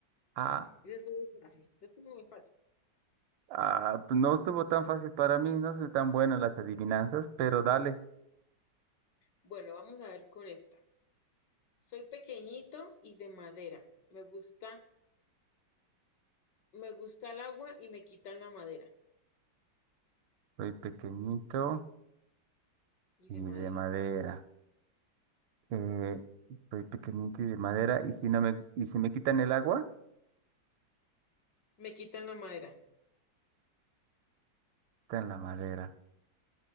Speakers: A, on the right (about 80°); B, on the left (about 65°).
A: Ah,
B: Eso estuvo muy fácil. Sí, esto es muy fácil.
A: ah, pues no
B: Mm,
A: estuvo tan fácil para mí, no soy tan bueno en las adivinanzas, pero dale.
B: Bueno, vamos a ver con esta. Soy pequeñito y de madera. Me gusta, me gusta el agua y me quitan la madera.
A: Soy pequeñito
B: Y
A: y
B: de
A: de
B: madera.
A: madera. Eh, soy pequeñito y de madera, y si no me, y si me quitan el agua,
B: Me quitan la madera.
A: quitan la madera.